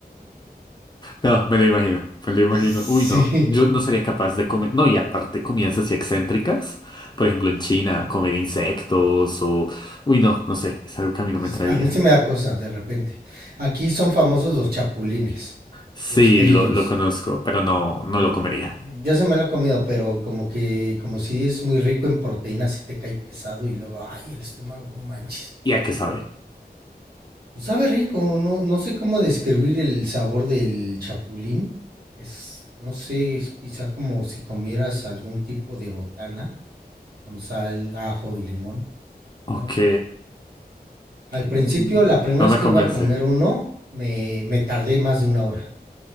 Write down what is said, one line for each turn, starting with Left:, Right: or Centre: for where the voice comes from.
Left: No, me lo imagino, me lo imagino.
Right: Sí.
Left: Uy, no, yo no sería capaz de comer. No, y aparte comidas así excéntricas. Por ejemplo, en China, comer insectos o... Uy, no, no sé, es algo que a mí
Right: Dices,
Left: no me entraría.
Right: A mí se me da cosa de repente. Aquí son famosos los chapulines,
Left: Sí,
Right: los grillos.
Left: lo, lo conozco, pero no, no
Right: Ujú.
Left: lo comería.
Right: Yo se me lo he comido, pero como que, como si es muy rico en proteínas, y te cae pesado y luego, ay, el estómago, no manches.
Left: ¿Y a qué sabe?
Right: Pues sabe rico, no, no sé cómo describir el sabor del chapulín. Es, no sé, es quizá como si comieras algún tipo de botana con sal, ajo y limón. Wow.
Left: Ok.
Right: Al principio,
Left: mm,
Right: la primera
Left: No
Right: vez
Left: me
Right: que iba
Left: convence.
Right: a comer uno, me, me tardé más de una hora